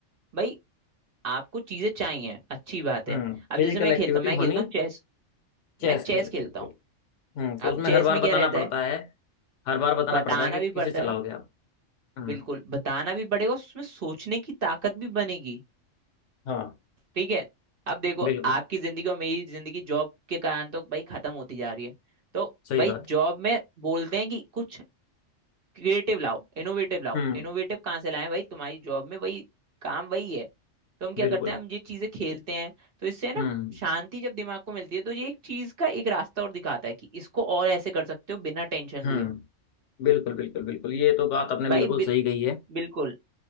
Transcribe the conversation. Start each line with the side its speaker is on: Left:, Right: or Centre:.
Right: भाई आपको चीजें चाहिए अच्छी बात
Left: हम्म
Right: है अब
Left: फिजिकल
Right: जैसे मैं
Left: एक्टिविटी
Right: खेलता हूँ मैं खेलता
Left: होनी
Right: हूँ चेस
Left: चेस
Right: मैं चेस
Left: खेलते
Right: खेलता
Left: हुए
Right: हूँ
Left: हम्म तो
Right: अब
Left: उसमें
Right: चेस
Left: हर बार
Right: में
Left: बताना
Right: क्या रहता
Left: पड़ता
Right: है
Left: है हर बार बताना
Right: बताना
Left: पड़ता है कि
Right: भी
Left: किसे
Right: पड़ता
Left: चलाओगे
Right: है
Left: आप हम्म
Right: बिल्कुल बताना भी पड़ेगा उसमें सोचने की ताकत भी बनेगी
Left: हाँ
Right: ठीक है अब देखो
Left: बिल्कुल
Right: आपकी जिंदगी और मेरी जिंदगी जॉब के कारण तो भाई खत्म होती जा रही है तो
Left: सही
Right: भाई
Left: बात
Right: जॉब में बोलते हैं कि कुछ क्रिएटिव लाओ इनोवेटिव लाओ
Left: हम्म
Right: इनोवेटिव कहाँ से लाए भाई तुम्हारी जॉब में वही काम वही है तो हम क्या
Left: बिल्कुल
Right: करते हैं हम ये चीजें खेलते हैं तो इससे है ना
Left: हम्म
Right: शांति जब दिमाग को मिलती है तो ये एक चीज का एक रास्ता और दिखाता है कि इसको और ऐसे कर सकते हो बिना टेंशन
Left: हम्म
Right: लिए
Left: बिल्कुल बिल्कुल बिल्कुल ये तो बात आपने
Right: भाई
Left: बिल्कुल
Right: बिल,
Left: सही कही है
Right: बिल्कुल